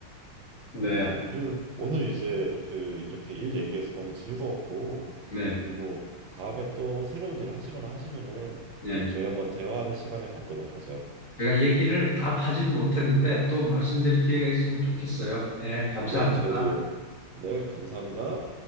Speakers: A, on the left; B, on the right.
A: 네,
B: 아, 그리고 오늘 이제 그 이렇게 일 얘기해서 너무 즐거웠고,
A: 네,
B: 그리고 다음에 또 새로운 일을 하시거나 하시면은
A: 네.
B: 또 저희 한번 대화하는 시간을 갖도록 하죠.
A: 제가 얘기를 다 하지는 못했는데 또 말씀드릴 기회가 있으면 좋겠어요. 예, 감사합니다.
B: 네, 저도요. 네, 감사합니다.